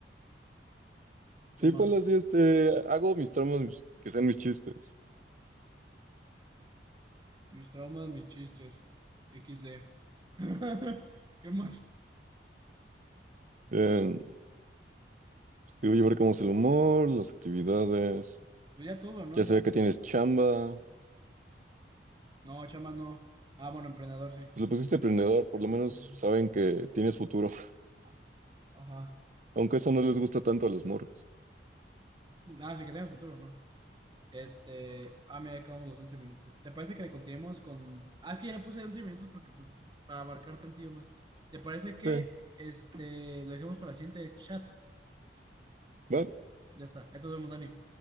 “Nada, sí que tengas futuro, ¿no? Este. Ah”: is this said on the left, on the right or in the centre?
Right